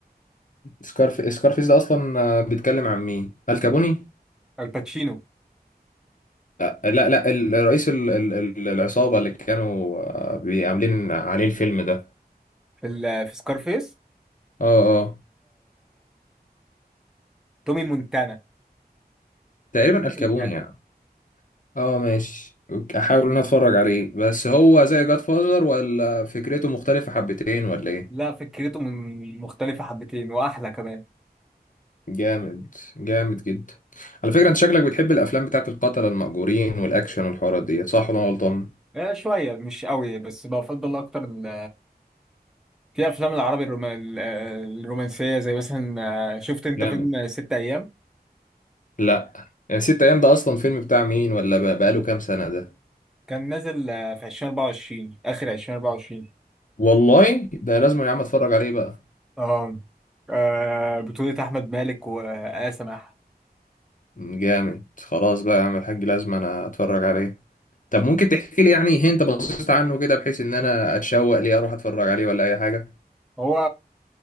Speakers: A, on the left; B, in the centre.
A: سكارف سكارفيس ده اصلا آه، بيتكلم عن مين الكابوني
B: الباتشينو
A: آه، لا لا ال- الرئيس ال- ال- ال- العصابه اللي كانوا آه، بي- عاملين عليه الفيلم ده
B: في ال... في سكارفيس
A: اه اه
B: تومي مونتانا
A: تقريبا
B: تومي
A: الكابوني
B: مونتانا
A: يعني اه ماشي أوكي، احاول ان أنا اتفرج عليه بس هو زي جاد فازر ولا فكرته مختلفه حبتين ولا ايه
B: لا فكرته من مختلفة حبتين وأحلى كمان
A: جامد جامد جدا على فكره انت شكلك بتحب الافلام بتاعت القتله المأجورين والاكشن والحوارات دي صح ولا أنا غلطان
B: آه، شوية مش قوي بس بفضل أكتر ال- في أفلام العربي الروما- ال- آه، الرومانسية زي مثلا آه، شفت أنت
A: جامد
B: فيلم ست أيام
A: لا يعني ست ايام ده اصلا فيلم بتاع مين ولا بقى- بقاله كام سنه ده
B: كان نازل آه، في 2024 آخر 2024
A: والله ده لازم يا عم اتفرج عليه بقى
B: آه آه، بطولة آحمد مالك وآية سماحة
A: جامد خلاص بقى يا عم الحاج لازم انا اتفرج عليه طب ممكن تحكي لي يعني انت بصيت عنه كده بحيث ان انا اتشوق ليه اروح اتفرج عليه ولا اي حاجه
B: هو